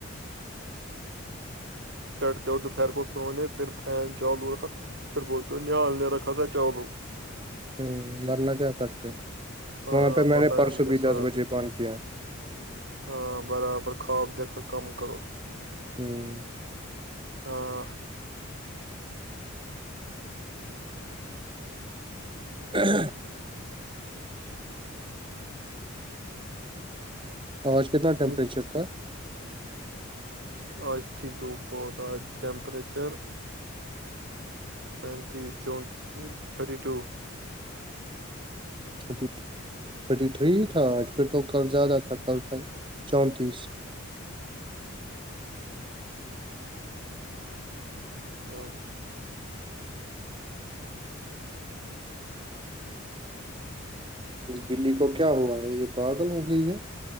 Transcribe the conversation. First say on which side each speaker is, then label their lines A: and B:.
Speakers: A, on the right (about 55°); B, on the right (about 25°).
A: چڑھتے ہو دوپہر کو سونے پھر فین چالو رکھا پھر بول تو نال نہیں رکھا تھا چالو
B: ہوں ورنہ کیا کرتے ہو
A: ہاں
B: وہاں پہ میں
A: پتہ
B: نے پرسوں
A: ہے مجھے
B: بھی
A: سر
B: دس بجے بند کیا
A: ہاں برابر خواب دھ کم کرو
B: ہوں
A: ہاں
B: <unintelligible> آواز کتنا ٹیمپریچر
A: تم-
B: تھا
A: آج تھی دپ بہت آج ٹپریچر پینتیس چونتی thirty two
B: thirty thirty three تھا آج پھر تو کل زیادہ تھا کل تھا چونتیس
A: <unintelligible>
B: اس بلی کو کیا ہوا ہے یہ پاگل ہو گئی ہے